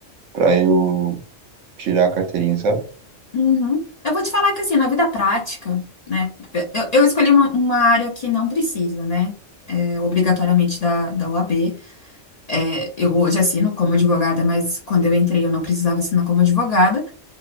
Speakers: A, on the right (about 80°); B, on the left (about 45°).
A: para eu tirar a carteirinha, sabe?
B: Uhum. Eu vou te falar que, assim, na vida prática, né? Eu, eu escolhi uma, uma área que não precisa, né? é, obrigatoriamente da, da OAB. É, eu hoje assino como advogada, mas quando eu entrei eu não precisava assinar como advogada.